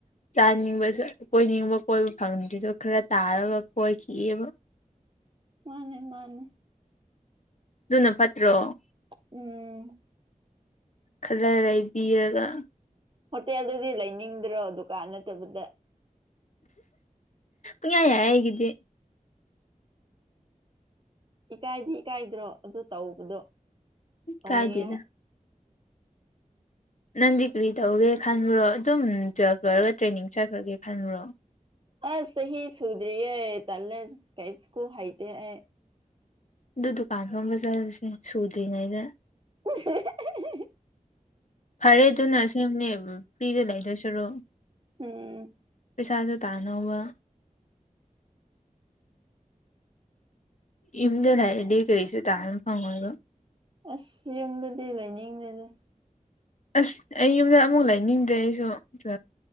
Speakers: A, on the left; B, on the right.
A: ꯆꯥꯅꯤꯡꯕ ꯀꯣꯏꯅꯤꯡꯕ ꯕ ꯀꯣꯏꯕ ꯐꯪꯗ꯭ꯔꯤꯗꯣ ꯈꯔ ꯇꯥꯔꯒ ꯀꯣꯏꯈꯤꯑꯕ
B: ꯃꯥꯅꯦ ꯃꯥꯅꯦ
A: ꯑꯗꯨꯅ ꯐꯠꯇ꯭ꯔꯣ
B: ꯎꯝ
A: ꯈꯔ ꯂꯩꯕꯤꯔꯒ
B: ꯍꯣꯇꯦꯜꯗꯨꯗꯤ ꯂꯩꯅꯤꯡꯗ꯭ꯔꯣ ꯗꯨꯀꯥꯟ ꯅꯠꯇꯕꯗ
A: ꯉ ꯌꯥ ꯍꯦꯒꯗꯤꯦ
B: ꯏꯀꯥꯏꯗꯤ ꯏꯀꯥꯏꯗ꯭ꯔꯣ ꯑꯗꯨ ꯇꯧꯕꯗꯣ ꯇꯧꯅꯤꯡꯌꯦ
A: ꯀꯥꯏꯗꯦꯗ ꯅꯪ ꯗꯤꯒ꯭ꯔꯤ ꯇꯧꯒꯦ ꯈꯟꯕ꯭ꯔꯣ ꯑꯗꯨꯝ ꯇꯨꯌꯦꯦꯜꯞ ꯂꯣꯏꯔꯒ ꯇ꯭ꯔꯦꯅꯤꯡ ꯆꯠꯈ꯭ꯔꯒꯦ ꯈꯟꯕ꯭ꯔꯣ
B: ꯑ ꯆꯍꯤꯍꯤ ꯁꯨꯗꯔꯤꯑꯦ ꯇꯦ ꯀꯩꯁꯀꯨ ꯍꯥꯏꯩꯇ ꯑꯦ
A: ꯑꯗꯨ ꯗꯨꯀꯥꯟ ꯐꯝꯕ ꯆꯠꯂꯨꯁꯦ ꯁꯨꯗ꯭ꯔꯤꯉꯩꯗ
B: <inaudible>
A: ꯐꯔꯦ ꯑꯗꯨꯅ ꯁꯦꯝꯦꯡꯅꯦ ꯐ꯭ꯔꯤꯗ ꯂꯩꯗꯣꯏ ꯁꯔꯣ
B: ꯎꯝ
A: ꯄꯩꯁꯥꯁꯨ ꯇꯥꯅꯧꯕꯕ ꯏꯨꯝꯗ ꯂꯩꯗꯤ ꯀꯔꯤꯁꯨ ꯇꯥꯅ ꯐꯪꯉꯣꯏꯕ
B: ꯑꯁ ꯌꯨꯝꯗꯗꯤ ꯂꯩꯅꯤꯡꯗꯦꯗ
A: ꯑꯁ ꯑꯩ ꯌꯨꯝꯗ ꯑꯃꯨꯛ ꯂꯩꯅꯤꯡꯗ꯭ꯔꯦ ꯑꯩꯁꯨ ꯇꯨ